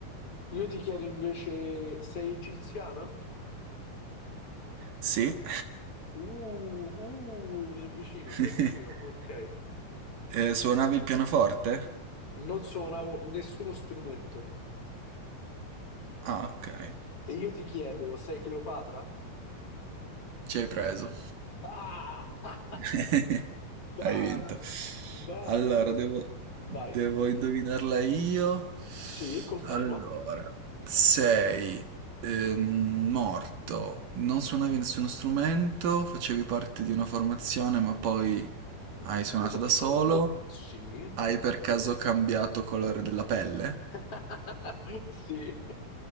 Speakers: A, on the left; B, on the right.
A: Io ti chiedo invece, sei egiziana?
B: Sì.
A: Uh, uh, mi avvicino,
B: <laughs>
A: mi avvicino, ok.
B: Eh, suonavi il pianoforte?
A: Non suonavo nessuno strumento.
B: Ah, ok.
A: E io ti chiedo, sei Cleopatra?
B: Ci hai preso.
A: Ah!
B: <laughs>
A: Bada,
B: Hai vinto.
A: bada.
B: Allora, devo,
A: Vai.
B: devo indovinarla io.
A: Sì, continua.
B: Allora, sei ehm, morto, non suonavi nessuno strumento, facevi parte di una formazione, ma poi hai suonato
A: Mi sono
B: da
A: sciolto.
B: solo.
A: Sì.
B: Hai per caso cambiato colore della pelle?
A: <laughs> Sì,